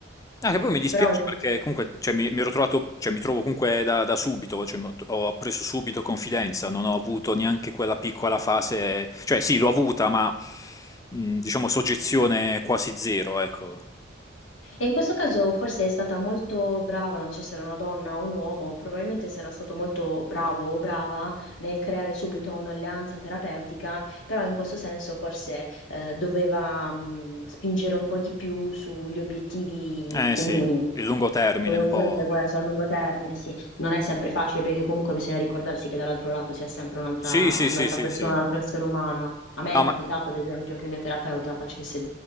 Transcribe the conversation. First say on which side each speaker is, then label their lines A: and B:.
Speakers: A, on the left; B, on the left.
A: Ah, che poi mi dispiace
B: Però
A: perché comunque cioè, mi, mi ero trovato, cioè, mi trovo comunque da, da subito, cioè, mi ho, ho preso subito confidenza, non ho avuto neanche quella piccola fase, cioè sì, l'ho avuta, ma mh, diciamo soggezione quasi zero, ecco.
B: E in questo caso forse è stata molto brava, non so se era una donna o un uomo, probabilmente sarà stato molto bravo o brava nel creare subito un'alleanza terapeutica, però in questo senso forse eh, doveva mh, spingere un po' di più sugli obiettivi
A: Eh
B: comuni.
A: sì, il lungo termine
B: Probabilmente
A: un po'.
B: questo a lungo termine, sì, non è sempre facile perché comunque bisogna ricordarsi che dall'altro lato sia sempre un'altra
A: Sì, sì,
B: un'altra
A: sì, sì,
B: persona,
A: sì.
B: un altro essere umano. A me
A: No,
B: è capitato,
A: ma
B: ad esempio, che il mio terapeuta facesse,